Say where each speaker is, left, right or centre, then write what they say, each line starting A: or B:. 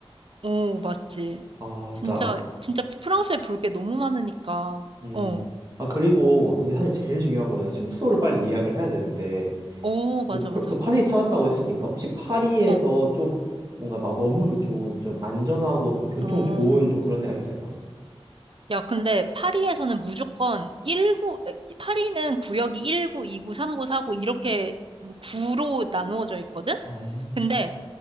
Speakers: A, on the right; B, on the right.
A: 오, 맞지.
B: 아,
A: 진짜,
B: 진짜
A: 진짜 프랑스에 볼 게 너무 많으니까.
B: 음.
A: 어,
B: 아, 그리고 이제 사실 제일 중요한 거예요. 숙소를 빨리 예약을 해야 되는데,
A: 오,
B: 너,
A: 맞아,
B: 파-
A: 맞아.
B: 너 파리 살았다고 했으니까, 혹시 파리에서
A: 어,
B: 좀 뭔가 막 머물기 좋은, 좀 안전하고 좀 교통
A: 어.
B: 좋은 좀 그런 데가 있을까?
A: 야, 근데 파리에서는 무조건 1구 에, 파리는 구역이 19, 29, 39, 4구 이렇게 구로 나누어져 있거든?
B: 어,
A: 근데